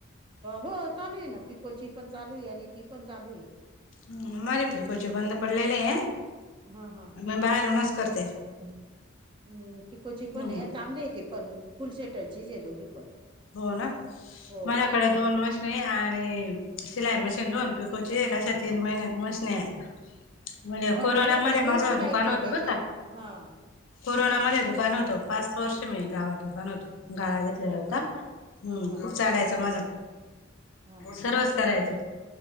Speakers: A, on the right; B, on the left.
A: हो चालु आहे ना पिकोची पण चालू आहे आणि ती पण चालू आहे.
B: ह माझे फिकोचे बंद पडलेले आहे.
A: हा हा
B: मी बाहेरूनच करते
A: हाम् पिकोची पण
B: हम्म
A: आहे चांगली ती. पण फुल सेटलचीच आहे दोघी पण.
B: हो ना
A: हो
B: माझ्याकडे दोन मश, नी आणि सिलाई मशीन दोन पिकोची एक अशा तीन महि मशनी आहेत. म्हणजे
A: हा
B: कोरोनामध्ये
A: माझ्याकडे
B: माझं
A: बी शिलाईचे
B: दुकान होतं
A: ते
B: बर
A: ते
B: का.
A: हा
B: कोरोनामध्ये दुकान होतं पाच वर्ष मी गावात दुकान होत गाळा घेतलेला
A: हो
B: होता.
A: का
B: हम्म
A: हा हा
B: खूप
A: हा
B: चालायचं माज
A: हा हा
B: सर्वच करायचं.